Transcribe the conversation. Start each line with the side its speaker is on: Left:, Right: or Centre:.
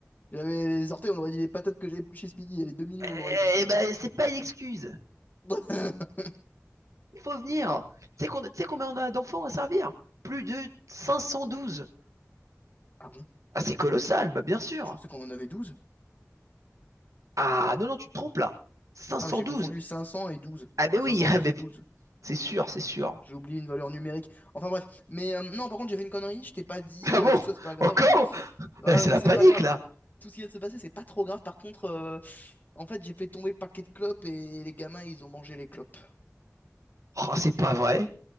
Left: J'avais les orteils, on aurait dit les patates que j'avais plus chez Speedy, et les 2 millions,
Right: Eh
Left: on aurait dit ça.
Right: ben c'est pas une excuse.
Left: <laughs>
Right: Il faut venir. Tu sais qu'on, tu sais combien on a d'enfants à servir? Plus de 512.
Left: Ah bon?
Right: Ah c'est colossal, bah bien sûr.
Left: Je pensais qu'on en avait 12.
Right: Ah non, non, tu te trompes là. cinq cent
Left: Ah, mais j'ai
Right: douze.
Left: confondu 500 et 12.
Right: Ah mais
Left: Enfin,
Right: oui,
Left: cinq cent
Right: <laughs> ah,
Left: douze
Right: mais
Left: et 12.
Right: c'est sûr, c'est sûr.
Left: J'ai oublié une valeur numérique. Enfin bref. Mais euh, non, par contre, j'ai fait une connerie, je t'ai pas dit,
Right: Ah bon?
Left: euh, tout ça, c'est pas grave.
Right: Encore?
Left: Ah,
Right: Eh, c'est
Left: mais
Right: la
Left: c'est
Right: panique
Left: pas grave.
Right: là.
Left: Tout ce qui vient de se passer, c'est pas trop grave. Par contre, euh, en fait, j'ai fait tomber le paquet de clopes et les gamins, ils ont mangé les clopes.
Right: Oh, c'est pas vrai.